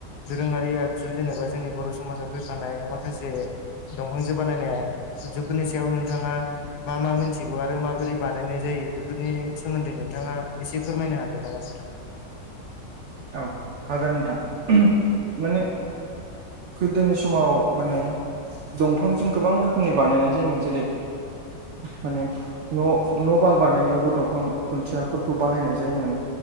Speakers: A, on the left; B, on the right.
A: दोरोङारि आगजु जेनेबा जोंनि बर' समाजाव फैफानाय माखासे दंफांजो बानायनाय आगजुफोरनि सायाव नोंथाङा मा मा मोनथिगौ आरो माबोरै बानायनाय जायो बेफोरनि सोमोन्दै नोंथाङा एसे फोरमायनो हागोन नामा नोंथां?
B: औ हागोन नोंथां माने गोदोनि समाव माने दंफांजों गोबां रोखोमनि बानायनाय जायोमोन जेरै माने न' न' बां बानायनायावबो दंफां खुन्थियाफोरखौ बाहायनाय जायोमोन।